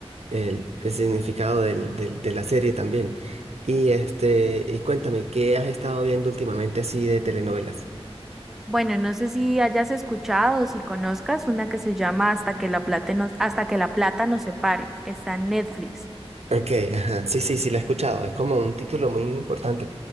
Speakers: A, on the right; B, in the centre.
A: el, el significado del, del- de la serie también. Y, este, y cuéntame, ¿qué has estado viendo últimamente así de telenovelas?
B: Bueno, no sé si hayas escuchado, o si conozcas una que se llama Hasta que la plata nos, Hasta que la plata nos separe. Está en Netflix.
A: Ok, ajá. Sí, sí, sí, la he escuchado. Es como un título muy importante.